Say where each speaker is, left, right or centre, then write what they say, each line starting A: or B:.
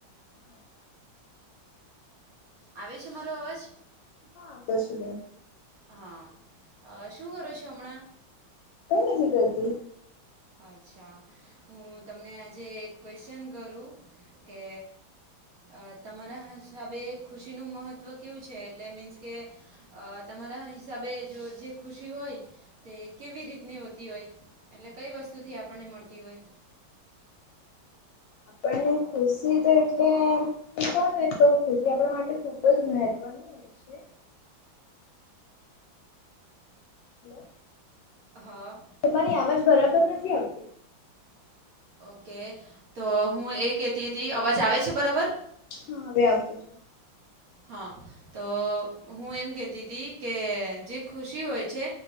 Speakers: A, on the left; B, on the right.
A: હા
B: આવે છે, મારો અવાજ?
A: હ આવતો છે, બેન
B: હા અ શું કરો છો હમણાં?
A: કંઈ નથી કરતી.
B: અચ્છા હું તમને આજે એક ક્વેશ્ચન કરું કે અ તમારા હિસાબે ખુશીનું મહત્ત્વ કેવું છે, એટલે મીન્સ કે અ તમારા હિસાબે જોજે ખુશી હોય તે કેવી રીતની હોતી હોય? એટલે કઈ વસ્તુથી આપણને મળતી હોય?
A: આપણ ખુશી તો એટલે કયોને નેતો ખુશી આપણા માટે ખુબ જ મહત્વ ની હોય છે. હલો.
B: હ.
A: તમારી આવાજ બરાબર નથી આવતી
B: ઓકે તોહું એ કેતી હતી અવાજ આવે છે, બરાબર?
A: હા હવે આવતું છે.
B: હ તો હું એમ કેતીતી કે જે ખુશી હોય છે.